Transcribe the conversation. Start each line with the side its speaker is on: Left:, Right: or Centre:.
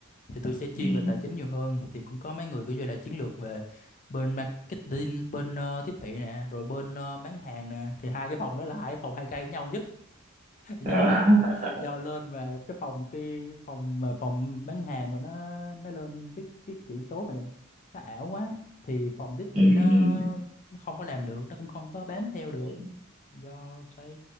Left: thì tôi sẽ chuyên
Right: ừ.
Left: về tài chính nhiều hơn thì cũng có mấy người kiểu như là chiến lược về bên marketing bên ờ, tiếp thị nè rồi bên ờ, bán hàng nè thì hai cái phòng đó là hai cái phòng hay gây nhau nhất <laughs> do
Right: À, <laughs>
Left: do lên về cái phòng kia phòng mà phòng bán hàng mà nó nó lên cái cái chỉ số mà nó ảo quá thì phòng tiếp thị
Right: ừ,
Left: nó nó không có làm được nó cũng không có bám theo
Right: ừ.
Left: được do phải